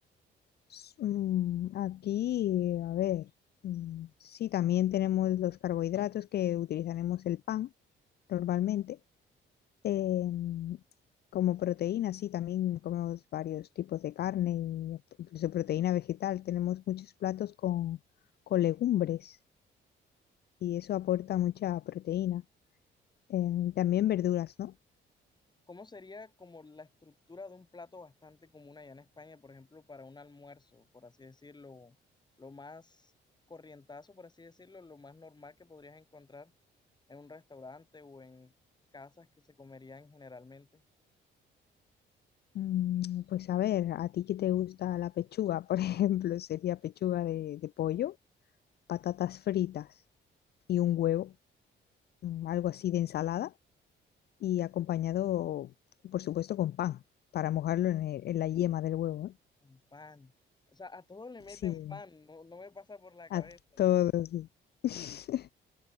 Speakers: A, on the left; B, on the left.
A: S- mm, Aquí, eh, a ver, mm, sí, también tenemos los carbohidratos que utilizaremos el pan normalmente. Em, como proteína, sí, también comemos varios tipos de carne, y incluso proteína vegetal. Tenemos muchos platos con, con legumbres y eso aporta mucha proteína. Em, también verduras, ¿no?
B: ¿Cómo sería como la estructura de un plato bastante común allá en España, por ejemplo, para un almuerzo, por así decirlo, lo más corrientazo, por así decirlo, lo más normal que podrías encontrar en un restaurante o en casas que se comerían generalmente
A: Mm, Pues a ver, ¿a ti qué te gusta la pechuga? <laughs> Por ejemplo, sería pechuga de de pollo, patatas fritas. y un huevo, mm, algo así de ensalada, y acompañado, por supuesto, con pan para mojarlo en, el- en la yema del huevo, ¿eh?
B: Un pan? O sea, a todos le meten
A: Sí,
B: pan, no, no me pasa por la cabeza.
A: a todos, sí, <laughs>